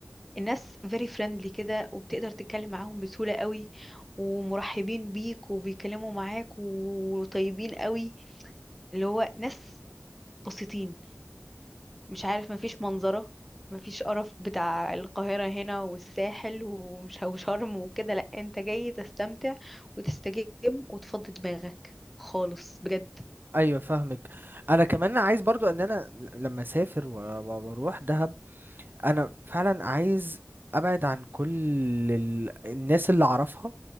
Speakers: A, in the centre; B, on the right.
A: الناس very friendly كده وبتقدر تتكلم معاهم بسهولة قوي ومرحبين بيك وبيكلموا معاك وطيبين قوي اللي هو ناس بسيطين مش عارف مفيش منظرة مفيش قرف بتاع القاهرة هنا والساحل ومش وشرم وكده لأ انت جاي تستمتع وتستجم وتفضي دماغك خالص بجد
B: ايوه فاهمك انا كمان عايز برضو ان انا لما اسافر و- و- واروح دهب انا فعلا عايز ابعد عن كل ال... الناس اللي اعرفها